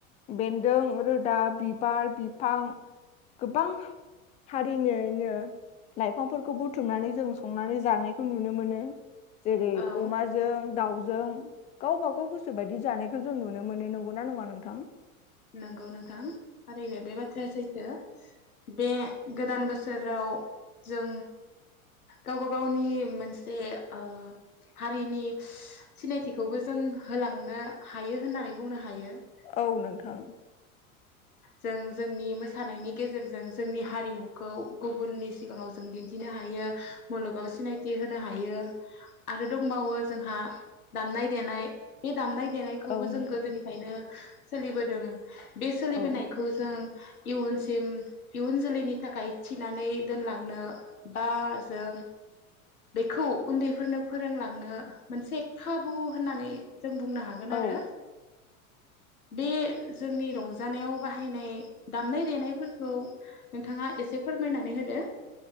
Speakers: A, on the left (about 20°); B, on the left (about 85°).
A: बेन्दों रोदा बिबार बिफां गोबां हारिनिनो लाइफांफोरखौ बुथुमनानै जों संनानै जानायखौ नुनो मोनो । जेरै
B: औ
A: अमाजों दाउ जों गावबा गाव गोसो बायदि जानायखौ जों नुनो मोन नंगौना नङा नों थां?
B: नंगौ नोंथां थारैनो बे बाथ्राया सैथो । बे गोदान बो सोराव जों गावबा गावनि मोनसे ओ हारिनि सिनायथिखौबो जों होलांनो हायो होननानै बुंनो हायो ।
A: औ नोंथां ।
B: जों जोंनि मोसानायनि गेजेरजों जोंनि हारिमुखौ गुबुननि सिगाङाव जों दिन्थिनो हायो । मुलुगाव सिनायथि होनो हायो आरो दंबावो जोंहा दामनाय देनाय बे दामनाय दे देनायखौबो
A: औ नोंथां।
B: जों गोदोनिफ्रायनो सोलिबोदों । बे सोलिबोनायखौ
A: औ
B: जों इयुनसिम इयुन जोलैनि थाखाय थिनानै दोनलांनो बा जों बेखौ उन्दैफोरनो फोरोंलांनो मोनसे खाबु होननानै जों बुंनो हागोन
A: औ
B: आरो बे जोंनि रंजानायाव बाहायनाय दामनाय देनायफोरखौ नोंथाङा एसे फोरमायनानै होदो